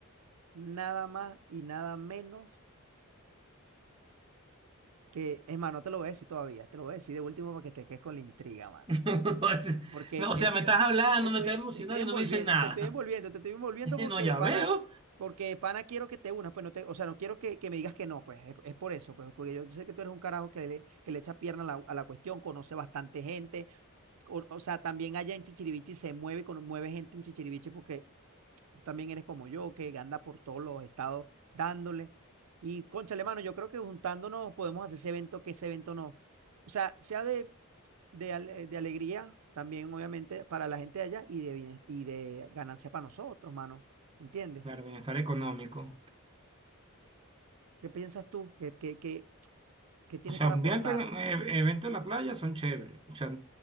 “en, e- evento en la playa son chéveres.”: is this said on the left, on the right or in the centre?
Right